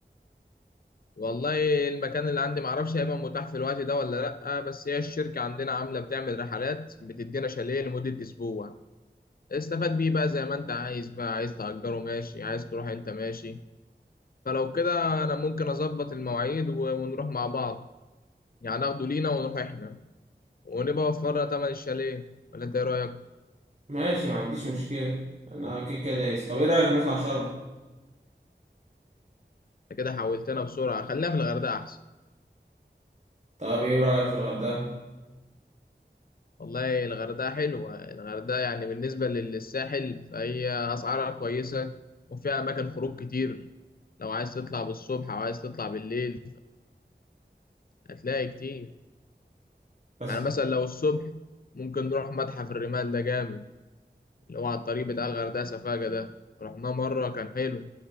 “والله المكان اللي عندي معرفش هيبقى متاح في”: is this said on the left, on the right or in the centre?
Left